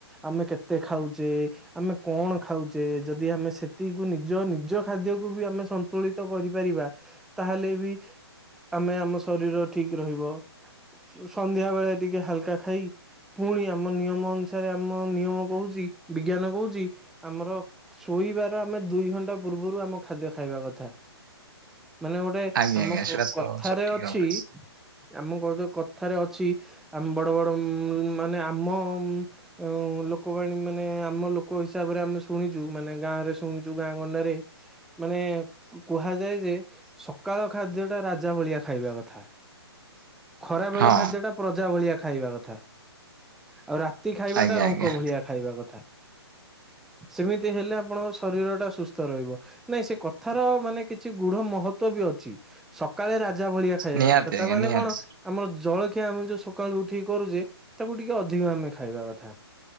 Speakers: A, in the centre; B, on the right (about 50°).
A: ଆମେ କେତେ ଖାଉଛେ ଆମେ କଣ ଖାଉଛେ ଯଦି ଆମେ ସେତିକିକୁ ନିଜ ନିଜ ଖାଦ୍ୟକୁୁ ବି ଆମେ ସ ତୁଳିତ କରିପାରିବା ତାହେଲେ ବି ଆମେ ଆମ ଶରୀର ଠିକ ରହିବ। ସନ୍ଧ୍ୟା ବେଳେ ଟିକେ ହାଲକା ଖାଇ ପୁଣି ଆମ ନିୟମ ଅନୁସାରେ ଆମ ନିୟମ କହୁଛି ବିଜ୍ଞାନ କହୁଛି ଆମର ଶୋଇବାର ଆମେ ଦୁଇ ଘଣ୍ଟା ପୂର୍ବରୁ ଆମ ଖାଦ୍ୟ ଖାଇବା କଥା। ମାନେ ଗୋଟେ
B: ଆଜ୍ଞା
A: ଆମ
B: ଆଜ୍ଞା ସେଇଟା ତ
A: କଥାରେ
B: ସଠିକ
A: ଅଛି
B: ଭାବରେ
A: ଆମ କଡ଼ କଥାରେ ଅଛି ଆମ ବଡ ବଡ ମାନେ ଆମମ୍ ଆଉ ଲୋକବାଣୀ ମାନେ ଆମ ଲୋକ ହିସାବରେ ଆମେ ଶୁଣିଛୁ ମାନେ ଗାଁରେ ଶୁଣିଛୁ ଗାଁ ଗଣ୍ଡାରେ ମାନେ କୁହାଯାଏ ଯେ ସକାଳ ଖାଦ୍ୟଟା ରାଜା ଭଳିଆ ଖାଇବା କଥା। ଖରା ବେଳ
B: ହଁ
A: ଖାଦ୍ୟଟା ପ୍ରଜା ଭଳିଆ ଖାଇବା କଥା ଆଉ ରାତ ଖାଇବାଟା
B: ଆଜ୍ଞା
A: ରଙ୍କ
B: ଆଜ୍ଞା
A: ଭଳିଆ ଖାଇବା କଥା ସେମିତି ଏମତି ହେଲେ ଆପଣଙ୍କ ଶରୀର ଟା ସୁସ୍ଥ ରହିବ ନାଇଁ ସେ କ କଥାର ମାନେ କିଛି ଗୁଢ ମହତ୍ୱ ବି ଅଛି ସକାଳେ ରାଜା ଭଳିଆ ଖାଇବା
B: ନିହାତି
A: କଥା
B: ଆଜ୍ଞା
A: ତାମାନେ
B: ନିହାତି
A: କଣ ଆମର ଜଳଖିଆ ଆମେ ଯୋଉ ସକାଳୁ ଉଠିକି କରୁଛେ ତାକୁ ଟିକେ ଅଧିକ ଆମେ ଖାଇବା କଥା।